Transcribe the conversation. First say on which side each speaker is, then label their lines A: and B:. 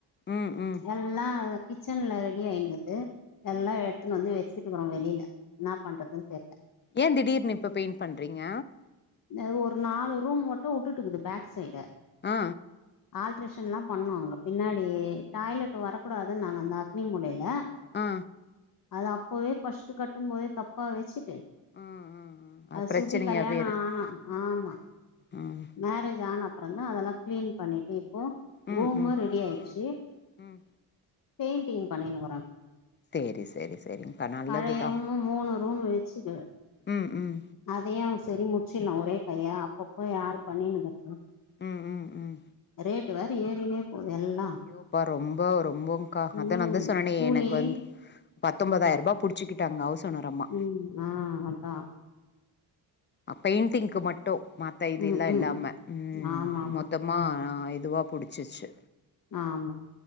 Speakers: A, on the left; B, on the left.
A: ம் ம்
B: எல்லா கிச்சன்ல ரெடி ஆயிடுது எல்லா
A: ம்
B: எடுத்துன்னு வந்து வெச்சு க்கறோ வெளியில என்னா பண்றதுன் தெர்ல
A: ஏ திடீர்னு இப்ப பெயிண்ட் பண்றீங்க
B: த ஒரு நாலு ரூம் மட்டு உட்டுட்டுக்குது பேக் சைடு
A: ஆ
B: ஆல்ட்ரேஷன்லா பண்ணோ அதுல பின்னாடி டாய்லெட் வரக்கூடாது நாங்க அந்த அக்னி மூலைல்ல
A: ஆ
B: அது அப்பவே ஃபஸ்ட்டு கட்டும்போதே தப்பா வெச்சுட்டு
A: ஆ ஆ ஆ
B: அது
A: பிரச்சனையாவே
B: சுபி கல்யாண
A: இரு
B: ஆனா
A: ஆ
B: ஆமா
A: ம்
B: மேரேஜ் ஜானப்பறந்தா அதெல்லா கிளீன் பண்ணிட்டு இப்போ
A: ம்
B: ரூமு
A: ம்
B: ரெடி ஆயிடுச்சு பெய்ன்ட்டிங் பண்ணினுக்குறோ
A: சேரி சேரி சேரிங்க்கா நல்லதுதா
B: பழைய ரூமு மூனு ரூமு வச்சுது
A: ம் ம்
B: அதயு சரி முச்சிட்லா ஒரே கையா அப்பப்ப யாரு பண்ணினுக்கிர்க்கது
A: ம் ம் ம்
B: ரேட்டு வேற ஏறினே போது எல்லா
A: அப்பா ரொம்ப ரொம்பக்கா அத
B: ம்
A: நாந்தா சொன்னேனே
B: கூலி
A: எனக்கு வந்து பத்தொம்பதாயிர்பா
B: அதா
A: புடிச்சுக்கிட்டாங்க ஹவுஸ் ஓனரம்மா
B: ம் ஆ அதா
A: அ பெயிண்டிங்க்கு மட்டு மத்த இதுல்லா
B: ம்
A: இல்லாம
B: ம் ஆமா ஆமா
A: மொத்தமா
B: ம்
A: இதுவா புடிச்சிச்சி
B: ஆமா